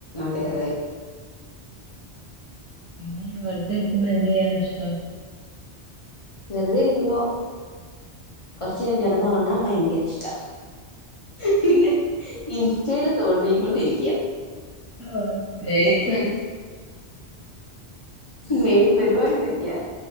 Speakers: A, on the left (about 35°); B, on the right (about 25°).
A: അതെ അതെ.
B: പിന്നെ വെറുതെ ഇരിക്കുമ്പോ എന്ത് ചെയ്യാനാ ഇഷ്ടം?
A: വെറുതെ ഇരിക്കുമ്പോ കൊറച്ചരം കെടന്ന് ഒറങ്ങാൻ ഭയങ്കര ഇഷ് പിന്നെ ഇൻസ്റ്റൽ തോണ്ടീ കൊണ്ടിരിക്ക്യാ
B: ആഹ് സെയിം
A: ഇതൊക്കെയാണ്. മെയിൻ പരിപാടിതൊക്കെയാ.